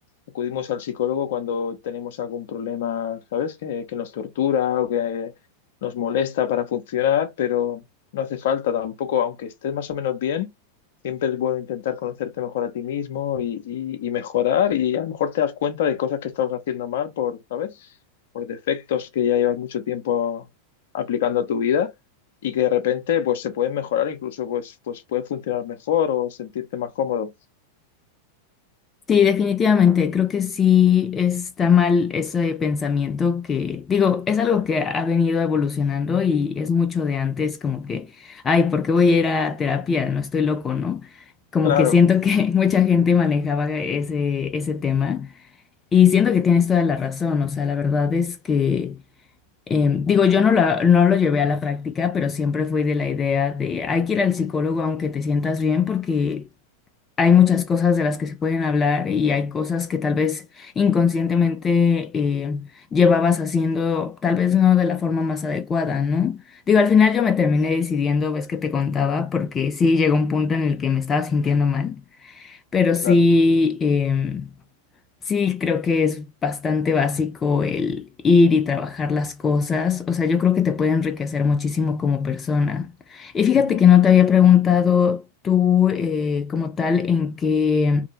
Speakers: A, on the left; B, on the left.
A: acudimos al psicólogo cuando tenemos algún problema, ¿sabes? Que, que nos tortura o que nos molesta para funcionar, pero no hace falta tampoco, aunque estés más o menos bien, siempre es bueno intentar conocerte mejor a ti mismo y, y- y mejorar y a lo mejor te das cuenta de cosas que estabas haciendo mal por, ¿sabes? Por defectos que ya llevas mucho tiempo aplicando a tu vida y que de repente pues se pueden mejorar, incluso pues, pues puede funcionar mejor o sentirte más cómodo.
B: Sí, definitivamente. Creo que sí está mal ese pensamiento que, digo, es algo que ha venido evolucionando y es mucho de antes, como que, ay, ¿por qué voy a ir a terapia? No estoy loco, ¿no? Como
A: Claro,
B: que siento que <laughs> mucha gente manejaba ese, ese tema y siento que tienes toda la razón. O sea, la verdad es que, em, digo, yo no, la- no lo llevé a la práctica, pero siempre fui de la idea de, hay que ir al psicólogo aunque te sientas bien porque hay muchas cosas de las que se pueden hablar y hay cosas que tal vez inconscientemente eh, llevabas haciendo, tal vez no de la forma más adecuada, ¿no? Digo, al final yo me terminé decidiendo, ves que te contaba, porque sí llegó un punto en el que me estaba sintiendo mal, pero sí,
A: claro.
B: em, Sí, creo que es bastante básico el ir y trabajar las cosas. O sea, yo creo que te puede enriquecer muchísimo como persona. Y fíjate
A: Ujú.
B: que no te había preguntado tú eh, como tal en qué,